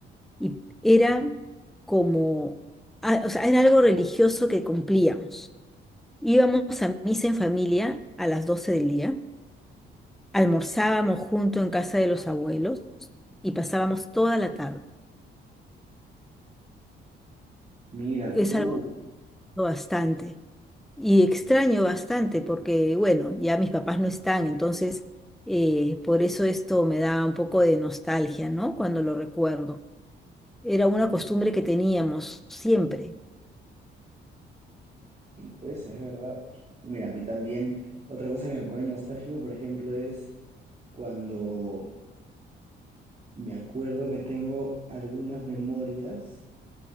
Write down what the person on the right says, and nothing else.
Mira,
tú,
sí, pues es verdad. Mira, a mí también, otra cosa que me pone nostálgico, por ejemplo, es cuando me acuerdo que tengo algunas memorias